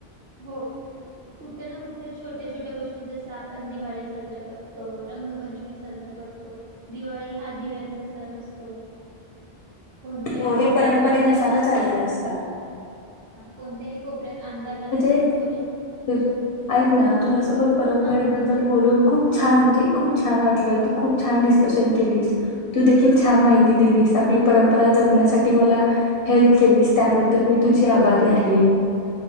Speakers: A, on the right; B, on the left.
A: हो कुठे ना कुठे छोट्या-छोट्या गोष की जस आपण दिवाळी साजरा करतो. रंगपंचमी साजरा करतो. दिवाळी हा दिव्यांचा सण असतो. कोणत्याही
B: हो हे
A: कोपऱ्यात
B: परंपरेनुसारच
A: अंधार राहु
B: आलेले
A: नये.
B: असतात
A: कोणत्याही कोपऱ्यात अंधार राहू नये.
B: तर
A: कोणी
B: ऐकना तुझ्यासोबत परंपरेबद्दल
A: हा
B: खूप छान म्हणजे खूप छान वाटल तू खूप छान डिसकशन केलीस तू देखील छान
A: हा
B: माहिती दिलीस आप आपली परंपरा जपण्यासाठी मला हेल्प केलीस त्या बद्दल मी तुझे आभारी आहे.